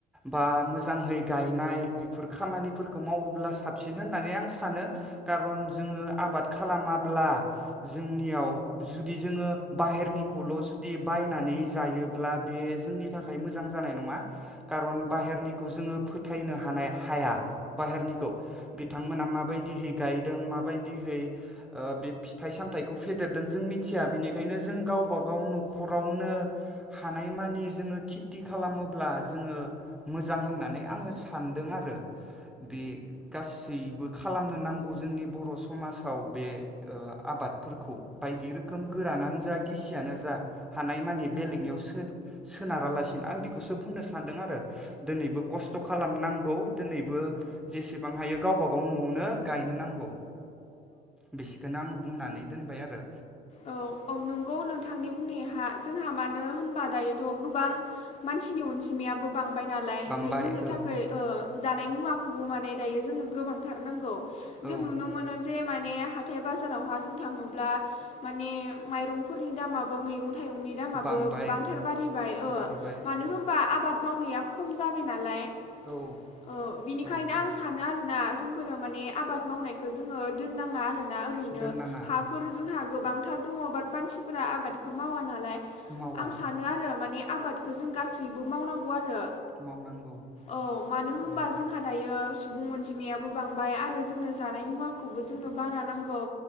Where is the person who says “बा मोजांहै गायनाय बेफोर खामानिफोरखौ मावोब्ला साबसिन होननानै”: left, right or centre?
Centre